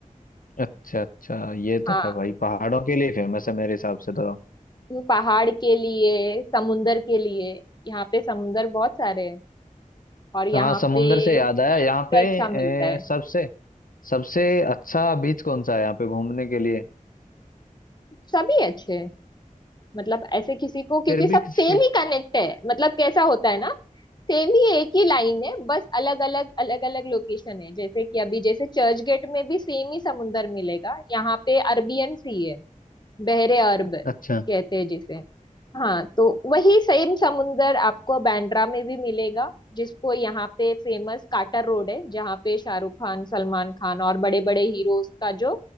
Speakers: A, on the left; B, on the left.
A: अच्छा अच्छा ये
B: हाँ
A: तो है भाई पहाड़ों के लिए फेमस है मेरे हिसाब से तो
B: पहाड़ के लिए समुंदर के लिए यहाँ पे समुंदर बहुत सारे हैं और यहाँ
A: हाँ समुंदर
B: पे
A: से याद
B: सी
A: आया यहाँ
B: फूड
A: पे
B: अच्छा मिलता है
A: ए, सबसे सबसे अच्छा बीच कौन सा है यहाँ पे घूमने के लिए
B: सभी अच्छे हैं मतलब ऐसे किसी को क्योंकि
A: फिर
B: सब
A: भी किसी
B: सेम ही कनेक्ट है मतलब कैसा होता है ना सेम ही एक ही लाइन है बस अलग अलग अलग अलग लोकेशन है जैसे कि अभी जैसे चर्च गेट में भी सेम ही समुंदर मिलेगा यहाँ पे अरबियन सी है बहरे अरब कहते
A: अच्छा
B: हैं जिसे हाँ तो वही सेम समुंदर आपको बांद्रा में भी मिलेगा जिसको यहाँ पे फेमस काटर रोड है जहाँ पे शाहरुख खान सलमान खान और बड़े बड़े हीरोज का जो